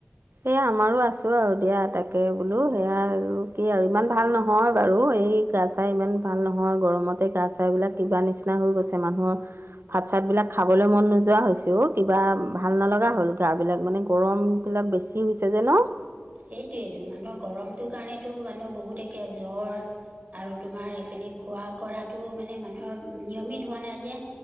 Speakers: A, on the right; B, on the right.
A: এই, আমাৰো আছোঁ আৰু দিয়া। তাকে বোলোঁ, সেয়া আৰু কি আৰু ইমান ভাল নহয় বাৰু! এই, গা-চা ইমান ভাল নহয়! গৰমতে গা-চা বিলাক কিবা নিচিনা হৈ গৈছে মানুহৰ। ভাত-চাতবিলাক খাবলৈ মন নোযোৱা হৈছে অ'! কিবা ভাল নলগা হ'ল, গাবিলাক মানে, গৰমবিলাক বেছি! কি হৈছে যে ন'?
B: সেইটোৱেইেতো! মানুহৰ গৰমটোৰ কাৰণেতো, মানুহৰ বহুত একে জ্বৰ। আৰু তোমাৰ এইপিনে, খোৱা কৰাটো মানে, মানুহৰ নিয়মিত হোৱা নাই যে।